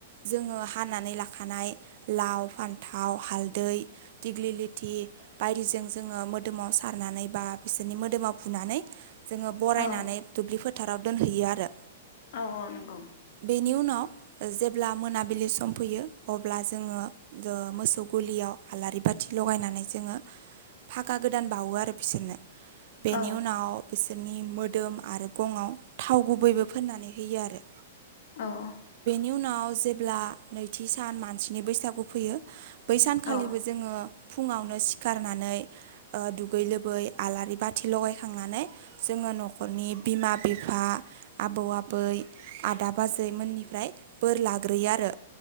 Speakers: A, on the right (about 50°); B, on the left (about 55°).
A: जोङो हानानै लाखानाय लाव, फान्थाव, हाल दै दिग्लि लिथि बायदिजों जोङो मोदोमाव सारनानै बा बिसोरनि मोदोमाव बुना नानै जोङो बरायनानै
B: औ
A: दुब्लि फोथाराव दोनहैयो आरो।
B: औ औ नंगौ।
A: बेनि उनाव ओ जेब्ला मोनाबिलि सम फैयो अब्ला जोङो। ओ मोसौ गलियाव आलारि बाथि लगायनानै जोङो फाखा गोदान बावो आरो बिसोरनो। बेनि
B: औ
A: उनाव बिसोरनि मोदोम आरो गङआव थाव गुबैबो फोननानै होयो आरो।
B: औ औ
A: नि उनाव जेब्ला नैथि सान मानसिनि बैसागु फैयो बै सानखालिबो
B: औ
A: जोङो फुङावनो सिखारनानै ओ दुगै लोबै आलारि बाथि लगायखांनानै जों ङो न'खरनि बिमा, बिफा आबौ, आबै आदा बाजै मोननिफ्राय बोरलाग्रोयोआरो